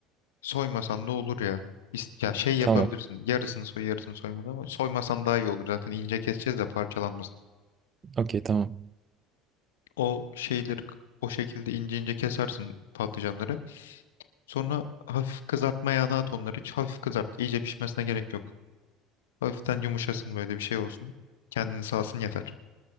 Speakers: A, on the left; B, on the right.
A: Soymasan da olur ya. İst- Ya şey yapabilirsin.
B: Tamam.
A: Yarısını soy, yarısını soymadan ama soymasan daha iyi olur. Zaten ince keseceğiz de parçalanmasın.
B: Okey tamam.
A: O şeyleri k- o şekilde ince ince kesersin patlıcanları. Sonra hafif kızartma yağına at onları. Hiç hafif kızart. İyice pişmesine gerek yok. Hafiften yumuşasın böyle bir şey olsun. Kendini sağsın yeter.